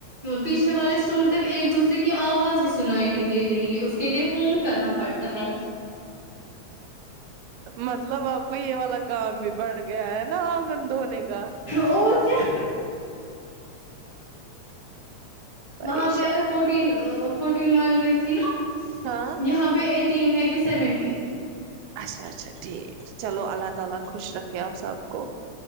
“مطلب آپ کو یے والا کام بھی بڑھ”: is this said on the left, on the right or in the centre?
Right